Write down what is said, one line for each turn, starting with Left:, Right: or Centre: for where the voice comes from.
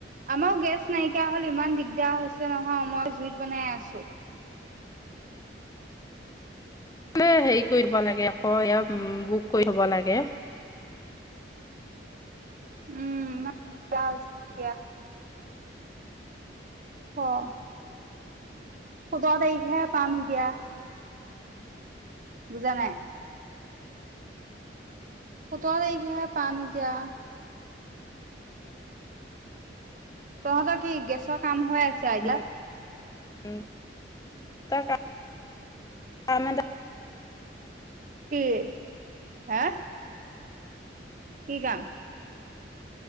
Right: আমাৰো গেছ নাইকিয়া হল, ইমান দিগদাৰ হৈছে নহয় মই জুইত বনাই আছোঁ।
Left: এ হেৰি কৰিব থব লাগে আক এ বুক কৰি থব লাগে।
Right: উম, ইমান দিগদাৰ হৈছে এতিয়া। অ'। সোতৰ তাৰিখে হে পাম এতিয়া। বুজা নাই। সোতৰ তাৰিখে হে পাম এতিয়া। তহঁতৰ কি গেছৰ কাম হৈ আছে?
Left: <inaudible>
Right: এতিয়া কি? হা? কি কাম?